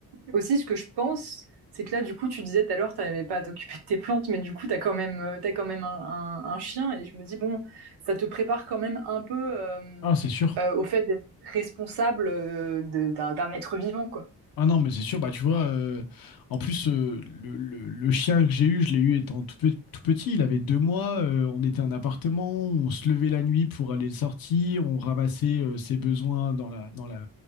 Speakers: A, on the right; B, on the left.
A: aussi, ce que je pense, c'est que là, du coup, tu disais tout à l'heure, t'arrivais pas à t'occuper de tes plantes, mais du coup, t'as quand même, euh, t'as quand même un, un, un chien, et je me dis, bon, ça te prépare quand même un peu euh,
B: Ah, c'est sûr.
A: euh, au fait d'être responsable euh, de- d'un d'un être vivant, quoi.
B: Ah non, mais c'est sûr, bah tu vois, euh, en plus, euh, le, le- le chien que j'ai eu, je l'ai eu étant tout, pe- tout petit, il avait deux mois, euh, on était en appartement, on se levait la nuit pour aller le sortir, on ramassait euh, ses besoins dans la, dans la,